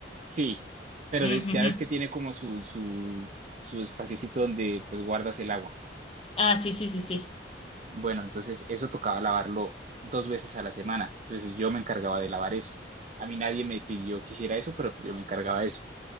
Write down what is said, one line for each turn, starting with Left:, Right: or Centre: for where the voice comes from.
Right: Sí, pero
Left: Ujú,
Right: de- ya ves que tiene como su, su, su espaciocito donde pues guardas el agua.
Left: Ah, sí, sí, sí, sí.
Right: Bueno, entonces eso tocaba lavarlo dos veces a la semana. Entonces yo me encargaba de lavar eso. A mí nadie me pidió que hiciera eso, pero pues, yo me encargaba de eso.